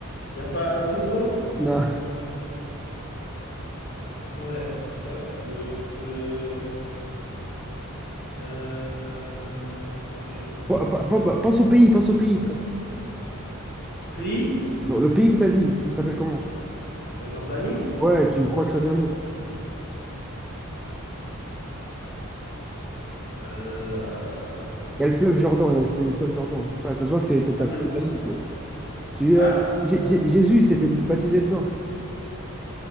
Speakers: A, on the left (about 45°); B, in the centre.
A: Il n'y a pas un cours d'eau?
B: Non.
A: Ouais, putain. Le, le- euh, je sais pas.
B: Pe- pe- pe- Pense au pays, pense au pays, frère.
A: Pays?
B: Non, le pays que t'as dit, il s'appelle comment?
A: La Jordanie?
B: Ouais, tu me crois que ça vient d'où?
A: Bah, euh,
B: Il y a le fleuve Jordan, euh, c'est le fleuve Jordan. Je sais Pas, ça se voit que t'es- t'es- t'as
A: ah,
B: pas
A: le-
B: lu ta Bible. Tu,
A: hein?
B: euh, Jé- Jé- Jésus s'est fait baptiser dedans.